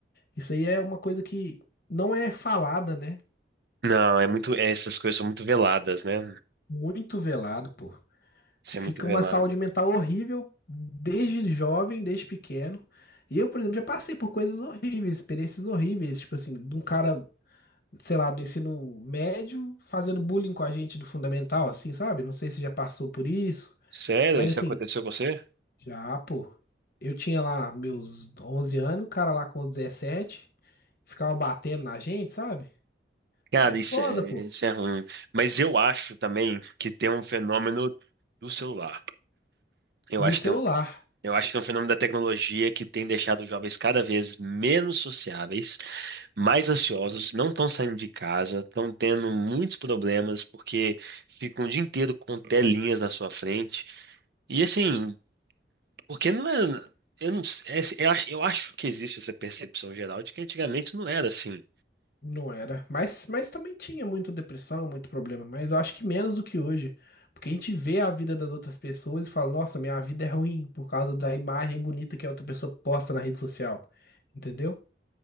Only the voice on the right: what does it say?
Não, é muito, essas coisas são muito veladas, né?
Isso
é muito velado.
Sério?
Isso
aconteceu com você?
Cara,
isso é,
isso é ruim. Mas eu acho também que tem um fenômeno do celular. Eu
acho
que tem um, eu acho que tem um fenômeno da tecnologia que tem deixado os jovens cada vez menos sociáveis, mais ansiosos, não estão saindo de casa, estão tendo muitos problemas porque ficam o dia inteiro com telinhas na sua frente. E assim, porque não é. Eu, não, sei- é- eu acho, eu acho que existe essa percepção geral de que antigamente não era assim.